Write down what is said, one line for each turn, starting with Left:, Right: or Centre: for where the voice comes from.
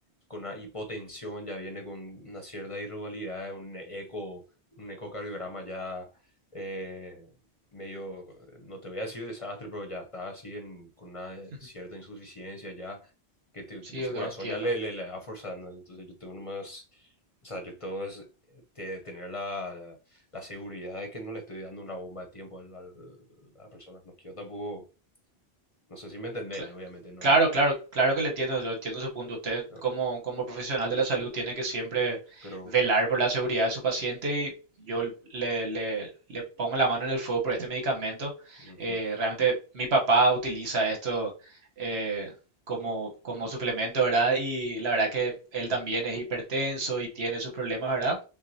Left: con una hipotensión, ya viene con una cierta irregularidad, un eco, un ecocardiograma ya eh, medio, no te voy a decir desastre, pero ya está así en, con una
Right: <laughs>
Left: cierta insuficiencia ya, que te-
Right: Sí,
Left: tipo
Right: doctor,
Left: su corazón
Right: entiendo.
Left: ya le, le, le va forzando. Entonces yo tengo nomás, o sea, yo tengo es te- tener la, la seguridad de que no le estoy dando una bomba de tiempo a la, a la persona. No quiero tampoco, no sé si me entendés,
Right: Cla-
Left: obviamente no,
Right: Claro, claro, claro que le entiendo, yo entiendo su punto. Usted
Left: pero...
Right: como, como profesional de la salud tiene que siempre
Left: pero
Right: velar por la seguridad de su paciente y yo le, le- le pongo la mano en el fuego por este medicamento.
Left: ujú,
Right: Eh, realmente mi papá utiliza esto eh, como, como suplemento, ¿verdad? Y la verdad que él también es hipertenso y tiene sus problemas, ¿verdad?